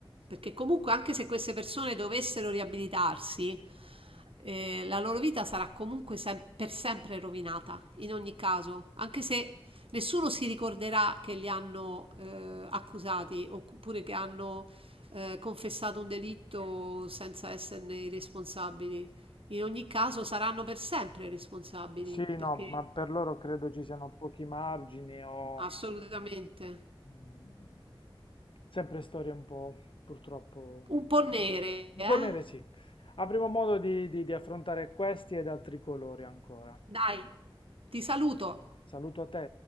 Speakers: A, on the right; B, on the left.
A: perché comunque anche se queste persone dovessero riabilitarsi, eh, la loro vita sarà comunque sem- per sempre rovinata, in ogni caso, anche se nessuno si ricorderà che li hanno eh, accusati oppure che hanno eh, confessato un delitto senza esserne i responsabili. In ogni caso saranno per sempre responsabili,
B: Sì,
A: perché
B: no, ma per loro credo ci siano pochi margini o
A: assolutamente.
B: mm, sempre storie un po', purtroppo,
A: Un po' nere,
B: un
A: eh.
B: po' nere, sì. Avremo modo di, di di affrontare questi ed altri colori ancora.
A: Dai, ti saluto.
B: Saluto a te.